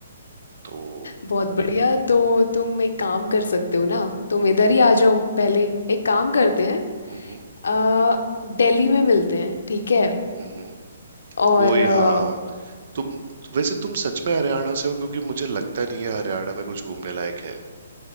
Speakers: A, on the right; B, on the left.
A: तो
B: बहुत बढ़िया तो तुम एक काम कर सकते हो ना तुम
A: हम्म
B: इधर ही आ जाओ पहले एक काम करते हैं
A: हम्म
B: आ, दिल्ली में मिलते हैं ठीक है
A: हम्म,
B: और
A: वही
B: आ,
A: हाँ तुम वैसे तुम सच में हरियाणा से हो क्योंकि मुझे लगता नहीं है हरियाणा में कुछ घूमने लायक है